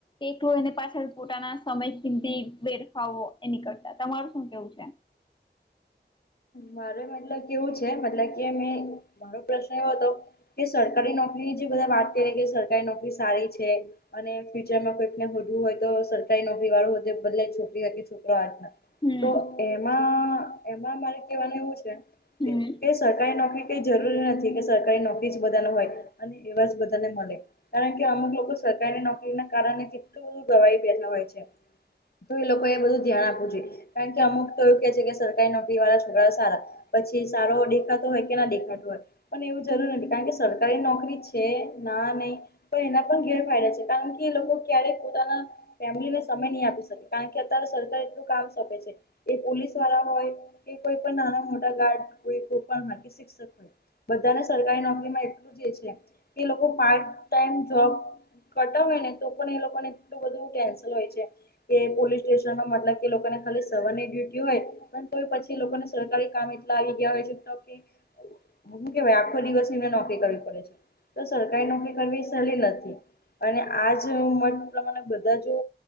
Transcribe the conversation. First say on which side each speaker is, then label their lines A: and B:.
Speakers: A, on the left; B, on the left.
A: એકલો એને પાછળ પોતાના સમય કિમતી બેરફાવો એ નીકળતા તમારું શું કેવું છે?
B: મારે મતલબ કેવું છે, મતલબ કે મેં મારો પ્રશ્ન એવો હતો કે સરકારી નોકરીની જે બધા વાત કરીએ કે સરકારી નોકરી સારી છે. અને ફ્યુચરમાં કોઈકને હોધવુ હોય તો સરકારી નોકરી વાળો હોય ભલે છોકરી છોકરો હાથના
A: હમ
B: તો એમાં એમાં મારે કેહેવાનું એવું છે,
A: હમ
B: <unintelligible> સરકારી નોકરી કઈ જરૂરી નથી કે સરકારી નોકરી જ બધા ને હોય અને એવા જ બધાને મલે કારણ કે અમુક લોકો સરકારી નોકરીના કારણે કેટલું બધું ગવાહી બેઠા હોય છે. તો એ લોકો એ બધું ધ્યાન આપવું જોઈએ કારણ કે અમુક તો એવું કે છે, કે સ <unintelligible> નોકરી વાળા છોકરા સારા પછી સારો દેખાતો હોય કે ના દેખાતો હોય પણ એવું જરૂર નથી કારણ કે સરકારી નોકરી છે, ના નહીં પણ એના પણ ગેરફાયદા છે, કારણ કે એ લોકો ક્યારેક પોતાના ફેમિલીને સમય ની આપી શકે કારણ કે અત્યારે સરકાર એટલું કામ સોપે છે, એ પોલીસ વાળા હોય કે કોઈ પણ નાના-મોટા ગાર્ડ કોઈ <unintelligible> શિક્ષક બધાને સરકારી નોકરીમાં એટલું જ એ છે, કે લોકો પાર્ટ ટાઈમ જોબ કરતા હોય ને તો પણ એ લોકોને એટલું બધું કેન્સલ હોય છે. કે પોલીસ સ્ટેશનમાં મતલબ કે લોકોને ખાલી સવારની ડ્યુટી હોય પણ તો પછી લોકોને સરકારી કામ એટલા આવી ગયા હોય છે, તો કે હુ કેવાય આખો દિવસ એમને નોકરી કરવી પડે છે, તો સરકારી નોકરી કરવી સહેલી નથી અને આજ મત પ્રમાણે બધા જો